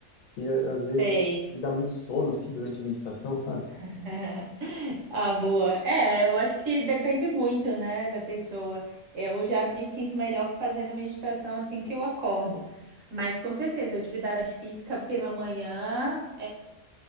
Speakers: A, on the left; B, on the right.
A: que a- às vezes
B: Sei.
A: me dá muito sono, assim, durante a meditação, sabe?
B: <laughs> Ah, boa. É, eu acho que depende muito, né, da pessoa. Eu já me sinto melhor fazendo a meditação assim que eu acordo. Mas com certeza, atividade física pela manhã